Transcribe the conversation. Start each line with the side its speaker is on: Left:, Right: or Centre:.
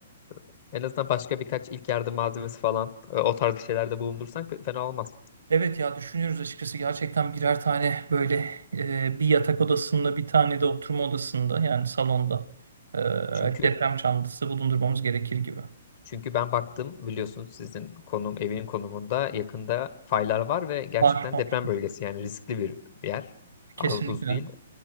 Left: e, en azından başka birkaç ilk yardım malzemesi falan e, o tarz şeylerde bulundursan fena olmaz.
Right: Evet ya düşünüyoruz açıkçası gerçekten birer tane böyle e, bir yatak odasında bir tane de oturma odasında yani salonda e,
Left: Çünkü
Right: deprem çantası bulundurmamız gerekir gibi.
Left: Çünkü ben baktım biliyorsunuz sizin konum evin konumunda yakında faylar var ve gerçekten
Right: Var var.
Left: deprem bölgesi yani riskli bir yer.
Right: Kesinlikle.
Left: Az buz değil.